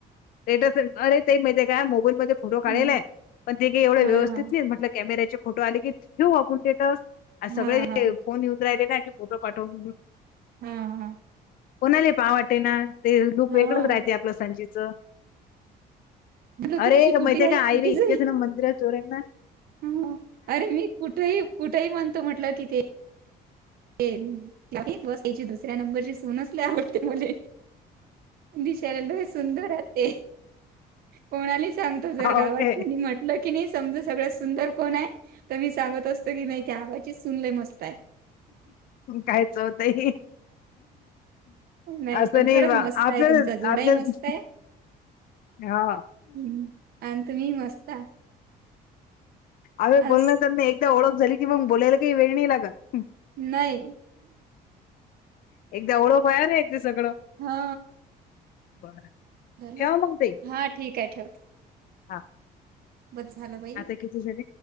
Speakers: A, on the left; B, on the right.
A: टेटस अरे ते माहिते काय मोबाईल म फोटो काढलेलाय
B: हं,
A: पण ते काही एवढं
B: हां,
A: व्यवस्थित नाही म्हटलं कॅमेऱ्याचे फोटो आले की ठेऊ आपण टेटस आसगळे
B: हां, हां.
A: फोन येवूून राहले ना फोटो पाठव म्हणून
B: हा हा
A: कोणाला पाहा वाटते ना ते लुक
B: हा
A: वेगळंच राहते आपलं संजीच
B: म्हटलं
A: अरे
B: तुमची कुटी
A: म्हायते
B: जाई
A: का आईला
B: कुटी
A: इतका
B: जाई
A: देना मंदिर चोरेतना
B: ह अरे मी कुठेही कुठेही म्हणतो म्हटलं कि ते ते बस याची दुसऱ्या नंबरची सूनच लय आवडते मले दिशाला लय सुंदरह ते कोणाला सांगतो जर गावात
A: ओके
B: कोणी म्हट ल की नाही समजा सगळ्यात सुंदर कोण आहे तर मी सांगत असतो की नाही त्या आवाजी सुन लय मस्तय
A: कायच होतंय
B: नाही
A: अस
B: पण
A: नाहीव
B: खरंच
A: आपण
B: मस्त आहे तुमचा जोडाही
A: आपण
B: मस्त आहे
A: हा
B: हं. आणि तुम्ही मस्त आहात.
A: अवे बोलण
B: अस
A: त्यांना एकदा ओळख झाली कि मग बोलायला काही वेळ नाही लागत
B: नाही
A: एकदा ओळख बायार आहे ते सगळं
B: हा
A: बरं
B: बर
A: ठेवा मग ताई
B: हा ठीक आहे ठेव
A: हा
B: बज झालं बाई
A: आता किती झाले?